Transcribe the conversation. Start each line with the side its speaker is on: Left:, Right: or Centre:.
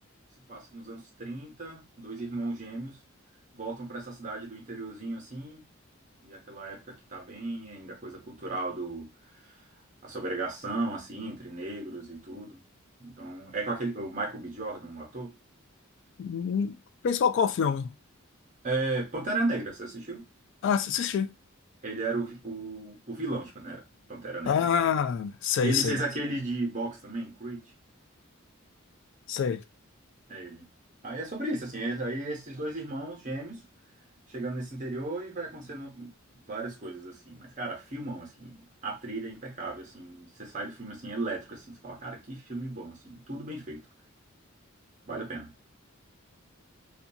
Right: Se passa nos anos trinta dois irmãos gêmeos voltam pra essa cidade do interiorzinho assim, e é aquela época que tá bem ainda a coisa cultural do a segregação assim entre negros e tudo. Então, é com aquele o Michael B. Jordan, o ator.
Left: Hum, Fez qual, qual filme?
Right: É Pantera Negra, você assistiu?
Left: Ah, assisti.
Right: Ele era o, vi- o, o vilão de Pantera, Pantera Negra.
Left: Ah, sei,
Right: E ele
Left: sei,
Right: fez aquele de boxe também, Creed.
Left: sei.
Right: É ele. Aí é sobre isso, assim. é- Aí esses dois irmãos gêmeos chegando nesse interior e vai acontecendo várias coisas, assim. Mas, cara, filmam, assim. A trilha é impecável, assim. Você sai do filme, assim, elétrico, assim. Você fala, cara, que filme bom, assim. Tudo bem feito. Vale a pena.